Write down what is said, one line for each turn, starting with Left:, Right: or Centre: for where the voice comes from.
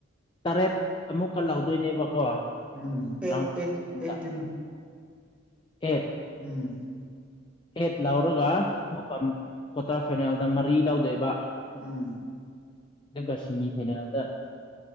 Left: ꯇꯔꯦꯠ ꯑꯃꯨꯛꯀ ꯂꯧꯗꯣꯏꯅꯦꯕ ꯀꯣ
Centre: ꯎꯝ eight
Left: round of
Centre: eight
Left: ꯁꯤꯛꯁꯇꯤꯟꯗ
Centre: eight ꯇꯤꯝ
Left: ꯑꯦꯠ
Centre: ꯎꯝ
Left: ꯑꯦꯠ ꯂꯧꯔꯒ ꯃꯨꯛꯀ ꯀ꯭ꯋꯥꯇꯔ ꯐꯥꯏꯅꯦꯜꯗ ꯃꯔꯤ ꯂꯧꯗꯣꯏꯕ
Centre: ꯎꯝ
Left: ꯑꯗꯨꯒ ꯁꯤꯃꯤ ꯐꯥꯏꯅꯦꯜꯗ